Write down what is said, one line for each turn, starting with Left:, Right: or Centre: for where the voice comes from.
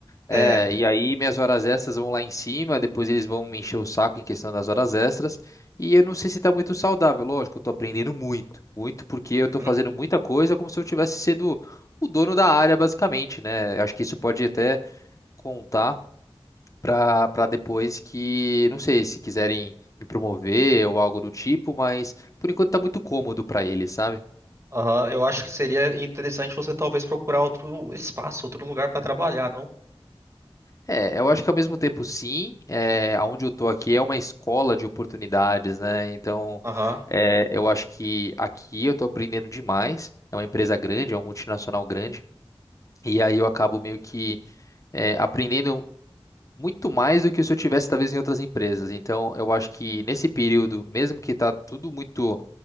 Left: É,
Right: É.
Left: e aí minhas horas extras vão lá em cima, depois eles vão me encher o saco em questão das horas extras. E eu não sei se tá muito saudável, lógico, eu tô aprendendo muito, muito porque eu
Right: Uhum.
Left: tô fazendo muita coisa como se eu tivesse sido o dono da área, basicamente, né? Eu Acho que isso pode até contar pra, pra depois que, não sei, se quiserem me promover ou algo do tipo, mas por enquanto tá muito cômodo pra eles, sabe?
Right: Aham, eu acho que seria interessante você talvez procurar outro espaço, outro lugar pra trabalhar, não?
Left: É, eu acho que ao mesmo tempo sim, é, aonde eu tô aqui é uma escola de oportunidades, né? Então,
Right: Aham.
Left: é, eu acho que aqui eu tô aprendendo demais. É uma empresa grande, é uma multinacional grande, e aí eu acabo meio que é, aprendendo muito mais do que se eu tivesse talvez em outras empresas. Então, eu acho que nesse período, mesmo que tá tudo muito